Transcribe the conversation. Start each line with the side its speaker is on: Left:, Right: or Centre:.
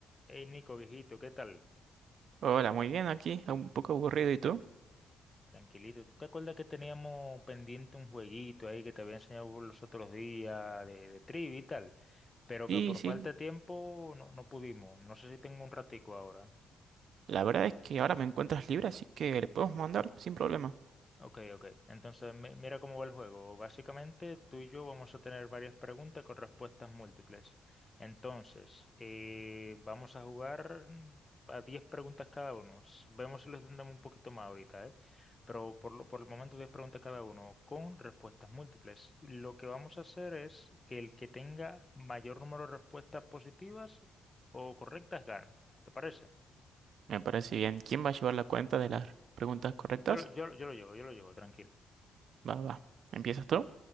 Left: Hey Nico, viejito, ¿qué tal?
Right: Hola, muy bien aquí, un poco aburrido, ¿y tú?
Left: Tranquilito. ¿Tú te acuerdas que teníamos pendiente un jueguito ahí que te había enseñado por los otros días de, de trivia y tal? Pero
Right: Sí,
Left: que por
Right: sí,
Left: falta de tiempo no, no pudimos. No sé si tengo un ratico ahora.
Right: la verdad es que ahora me encuentras libre, así que le podemos mandar sin problema.
Left: Ok, ok. Entonces, mi- mira cómo va el juego. Básicamente, tú y yo vamos a tener varias preguntas con respuestas múltiples. Entonces, eh, vamos a jugar mm, a 10 preguntas cada uno. S- Vemos si lo entendemos un poquito más ahorita, ¿eh? Pero por, lo- por el momento, 10 preguntas cada uno con respuestas múltiples. Lo que vamos a hacer es que el que tenga mayor número de respuestas positivas o correctas gana. ¿Te parece?
Right: Me parece bien. ¿Quién va a llevar la cuenta de las preguntas correctas?
Left: Yo, lo- yo, lo- yo lo llevo, yo lo llevo, tranquilo.
Right: Va, va. ¿Empiezas tú?